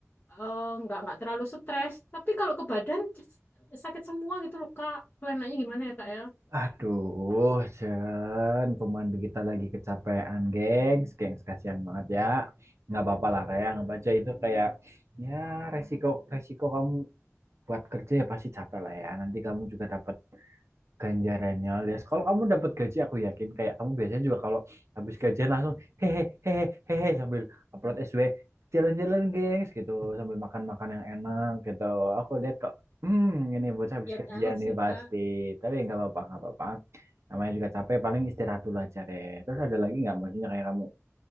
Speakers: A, on the left; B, on the right.
A: eh, nggak nggak terlalu stres. Tapi kalau ke badan c- sakit semua gitu loh Kak. Tuh enaknya gimana ya Kak ya?
B: Aduh, Jen, pemandu kita lagi kecapean, gengs. Gengs, kasihan banget ya. Nggak apa-apa lah, kayak nggak baca itu kayak, ya resiko resiko kamu buat kerja ya pasti capek lah ya. Nanti kamu juga dapat ganjarannya alias kalau kamu dapat gaji aku yakin kayak kamu biasanya juga kalau habis gajian langsung hehe hehe hehe sambil upload SW jalan-jalan gengs gitu sambil makan-makan yang enak gitu aku lihat kok hmm ini bocah habis
A: Ya
B: gajian
A: tahu
B: nih
A: sih
B: pasti
A: Kak.
B: tapi nggak apa-apa nggak apa-apa namanya juga capek paling istirahat dulu aja Re. terus ada lagi nggak maksudnya kayak kamu